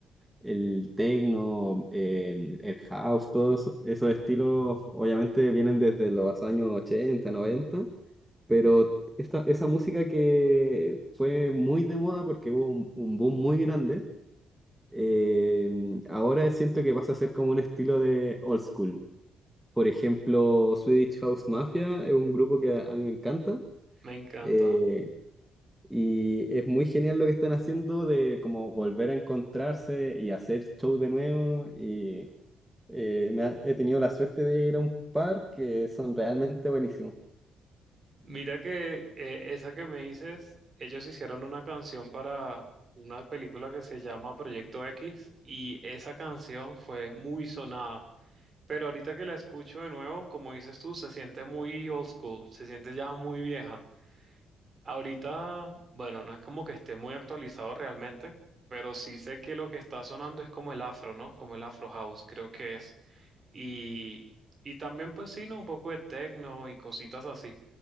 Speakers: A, in the centre; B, on the right (about 35°).
A: el techno, el, el house, todos esos estilos obviamente vienen desde los años 80, 90. Pero esta, esa música que fue muy de moda porque hubo un, un boom muy grande, eh, ahora siento que pasa a ser como un estilo de old school. Por ejemplo, Swedish House Mafia es un grupo que a mí me encanta
B: Me encanta.
A: eh, y es muy genial lo que están haciendo de como volver a encontrarse y hacer show de nuevo y eh, me ha- he tenido la suerte de ir a un par que son realmente buenísimos.
B: Mira que eh, esa que me dices, ellos hicieron una canción para una película que se llama Proyecto X y esa canción fue muy sonada. Pero ahorita que la escucho de nuevo, como dices tú, se siente muy old school, se siente ya muy vieja. Ahorita, bueno, no es como que esté muy actualizado realmente, pero sí sé que lo que está sonando es como el afro, ¿no? Como el afro house, creo que es. Y, y también, pues sí, ¿no? Un poco de techno y cositas así.